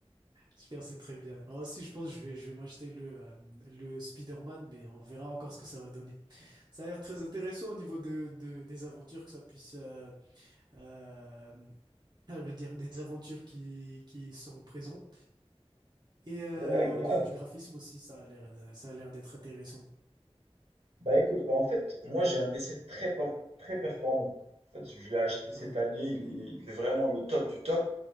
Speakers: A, on the right (about 45°); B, on the right (about 80°).
A: Super, c'est très bien. Moi aussi, je pense que je vais, je vais m'acheter le, euh, le Spider-Man, mais on verra encore ce que ça va donner. Ça a l'air très intéressant au niveau de, de- des aventures que ça puisse... euh, euh, ah, je veux dire, des aventures qui, qui sont présentes. Et euh,
B: ouais, grave.
A: au niveau du graphisme aussi, ça a l'air, ça a l'air d'être intéressant.
B: Bah écoute, bah en fait, moi j'ai un PC très, por- très performant. En fait, je l'ai acheté cette
A: Mhm,
B: année, il est, il est vraiment le top du top.